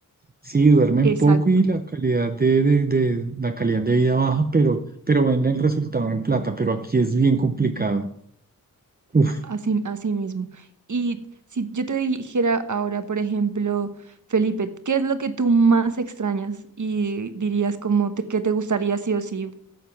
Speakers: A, on the right (about 25°); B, on the right (about 60°).
A: Sí, duermen
B: Exacto,
A: poco y la calidad de, de, de- la calidad de vida baja, pero, pero ven el resultado en plata. Pero aquí es bien complicado. Uf,
B: a- así, así mismo. Y si yo te dijera ahora, por ejemplo, Felipe, ¿qué es lo que tú más extrañas y dirías como te, que te gustaría sí o sí,